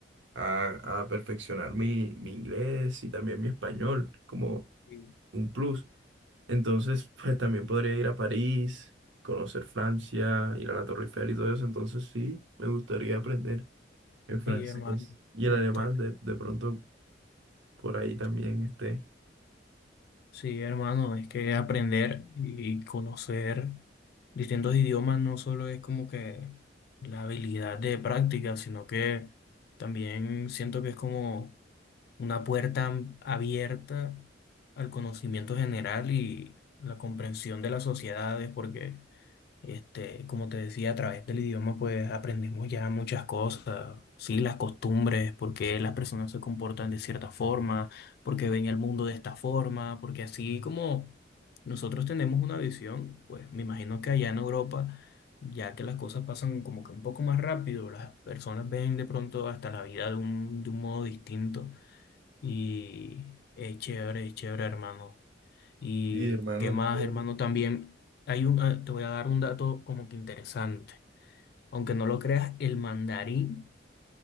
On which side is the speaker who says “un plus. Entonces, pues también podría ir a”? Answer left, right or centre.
Right